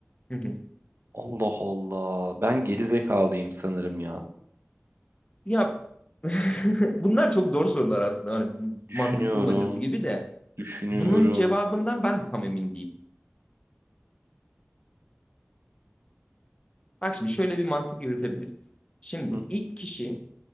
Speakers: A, on the left; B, on the right.
A: Hı hı.
B: Allah Allah. Ben gerizekalıyım sanırım ya.
A: Ya <laughs> bunlar çok zor sorular aslında. Hani
B: Düşünüyorum,
A: mantık bulmacası gibi de
B: düşünüyorum.
A: bunun cevabından ben de tam emin değilim. Bak şimdi şöyle bir mantık yürütebiliriz. Şimdi
B: Hı.
A: ilk kişi